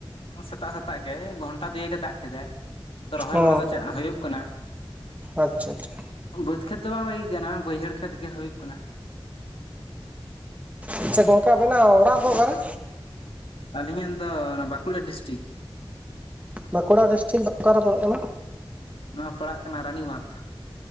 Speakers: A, on the left; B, on the right.
A: ᱥᱮᱛᱟᱜ ᱥᱮᱛᱟᱜ ᱜᱮ ᱜᱷᱚᱱᱴᱟ ᱫᱩᱭᱮᱠ ᱮ ᱫᱟᱜ ᱠᱮᱫᱟᱭ ᱨᱚᱦᱚᱭ
B: ᱚ
A: ᱵᱟᱲᱟ ᱫᱚ ᱪᱮᱫ ᱦᱳᱭᱳᱜ ᱠᱟᱱᱟ
B: ᱟᱪᱪᱷᱟ ᱟᱪᱪᱷᱟ
A: ᱵᱟᱹᱫᱽ ᱠᱷᱮᱛ ᱫᱚ ᱵᱟᱝ ᱦᱩᱭ ᱠᱟᱱᱟ ᱵᱟᱹᱭᱦᱟᱹᱲ ᱠᱷᱮᱛ ᱜᱮ ᱦᱳᱭᱩᱜ ᱠᱟᱱᱟ
B: ᱟᱪᱪᱷᱟ ᱜᱚᱝᱠᱮ ᱟᱵᱮᱱᱟᱜ ᱚᱲᱟᱜ ᱫᱚ ᱚᱠᱟᱨᱮ?
A: ᱟᱹᱞᱤᱧᱟᱜ ᱫᱚ ᱵᱟᱸᱠᱩᱲᱟ ᱰᱤᱥᱴᱤᱠ
B: ᱵᱟᱸᱠᱩᱲᱟ ᱰᱤᱥᱴᱤᱠ ᱫᱚ ᱚᱠᱟᱨᱮ ᱯᱟᱲᱟᱜ ᱠᱟᱱᱟ
A: ᱱᱚᱣᱟ ᱯᱟᱲᱟᱜ ᱠᱟᱱᱟ ᱨᱟᱱᱤᱢᱟᱸᱫᱷ